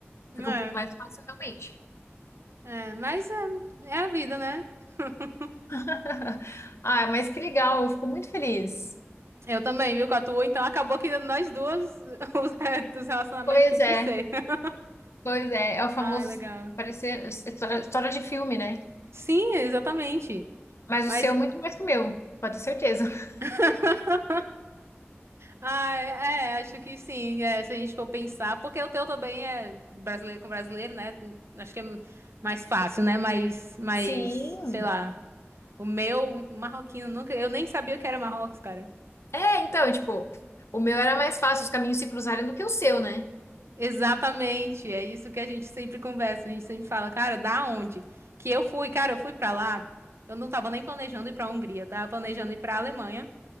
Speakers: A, on the right; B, on the left.
A: É,
B: Fica um pouco mais fácil, realmente.
A: é, mas é, é a vida, né? <laughs>
B: <laughs> Ah, mas que legal, eu fico muito feliz.
A: Eu também, viu, com a tua. Então acabou que nós duas, <laughs> os, os relacionamentos
B: Pois
A: tinham
B: é,
A: que ser. <laughs>
B: pois é. É o famoso
A: Ai, legal.
B: parecer história, história de filme, né?
A: Sim, exatamente.
B: Mas
A: Mas,
B: o seu é muito mais que o meu, pode ter certeza. <laughs>
A: <laughs> ah, é, é, acho que sim, é, se a gente for pensar, porque o teu também é brasileiro com brasileiro, né? Acho que é mais fácil, né? Mas, mas,
B: Sim.
A: sei lá. O meu marroquino nunca. Eu nem sabia o que era Marrocos, cara.
B: É, então, tipo, o meu era mais fácil os caminhos se cruzarem do que o seu, né?
A: Exatamente. É isso que a gente sempre conversa. A gente sempre fala, cara, da onde? Que eu fui, cara, eu fui pra lá. Eu não tava nem planejando ir pra Hungria, eu tava planejando ir pra Alemanha.